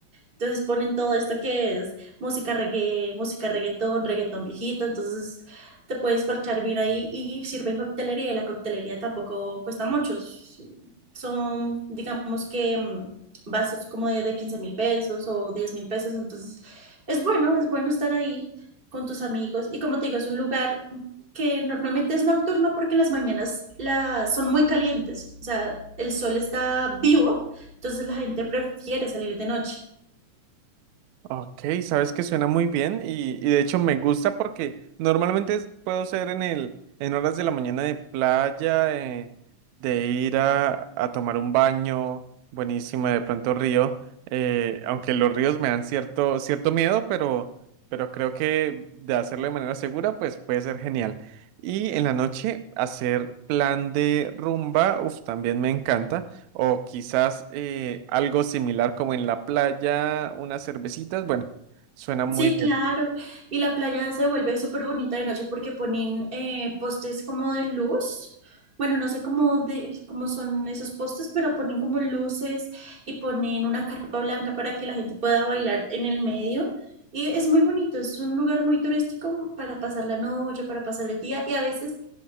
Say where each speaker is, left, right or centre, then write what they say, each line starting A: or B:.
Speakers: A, on the right; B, on the right.
A: Entonces ponen todo esto que es música reggae, música reggaetón, reggaetón viejito, entonces te puedes parchar bien ahí y sirven coctelería y la coctelería tampoco cuesta mucho. Son, digamos que mm, vasos como de, de 15 mil pesos o diez mil pesos, entonces es bueno, es bueno estar ahí con tus amigos y como te digo, es un lugar que normalmente es nocturno porque las mañanas la, son muy calientes, o sea, el sol está vivo, entonces la gente prefiere salir de noche.
B: Ok, sabes que suena muy bien y, y de hecho me gusta porque normalmente es- puedo ser en el, en horas de la mañana de playa, eh, de ir a, a tomar un baño, buenísimo, de pronto río, eh, aunque los ríos me dan cierto, cierto miedo, pero, pero creo que de hacerlo de manera segura, pues puede ser genial. Y en la noche hacer plan de rumba, uff, también me encanta. O quizás eh, algo similar como en la playa, unas cervecitas. Bueno, suena muy
A: Sí,
B: bien.
A: claro. Y la playa se vuelve súper bonita de noche porque ponen eh, postes como de luz. Bueno, no sé cómo, de, cómo son esos postes, pero ponen como luces y ponen una carpa blanca para que la gente pueda bailar en el medio. Y es muy bonito, es un lugar muy turístico para pasar la noche, para pasar el día. Y a veces